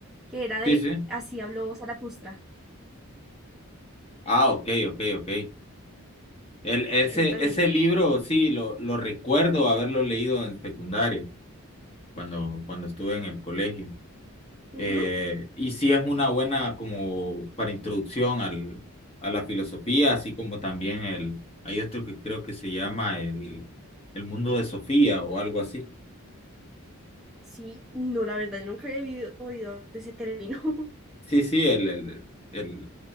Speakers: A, in the centre; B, on the left (about 25°).
A: que era de
B: Sí, sí.
A: Así habló Zaratustra.
B: Ah, ok, ok, ok. El, ese,
A: Ese también
B: ese
A: lo tengo.
B: libro, sí, lo, lo recuerdo haberlo leído en secundaria, cuando, cuando estuve en el colegio.
A: Ujú.
B: Eh, y sí es una buena como para introducción al, a la filosofía, así como también el, hay otro que creo que se llama el, el mundo de Sofía o algo así.
A: Sí, no, la verdad, yo nunca había vivido- oído de ese término. <laughs>
B: Sí, sí, el, el, el,